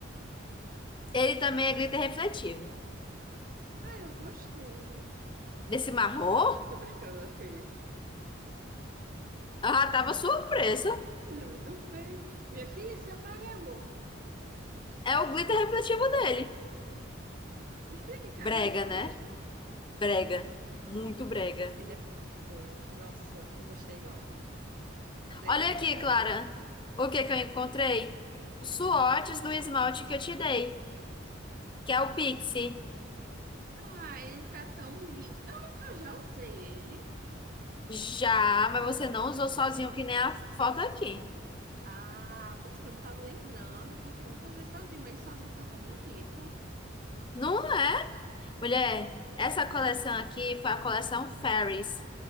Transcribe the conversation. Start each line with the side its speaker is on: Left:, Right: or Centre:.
Left: Ele também é glitter refletivo.
Right: Ah, eu gostei.
Left: Desse marrom,
Right: Tô brincando, é feio.
Left: ela tava surpresa.
Right: Ele é muito feio. Minha filha, esse amarelo.
Left: É o glitter refletivo dele.
Right: Me filha, que carnaval
Left: Brega, né?
Right: é?
Left: Brega. Muito brega.
Right: Ele é muito feio. Nossa, não gostei não. Daí
Left: Olha
Right: cancela.
Left: aqui, Clara. O que que eu encontrei? os Swatches do esmalte que eu te dei, que é o Pixie.
Right: Ah, ele tá tão lindo. Eu, eu já usei ele.
Left: Já, mas você não usou sozinho, que nem a foto aqui.
Right: Ah, por isso que eu não tava lembrando, porque eu nunca usei sozinho, mas ele sozinho fica tão bonito.
Left: Não é? Mulher, essa coleção aqui foi a coleção Fairies.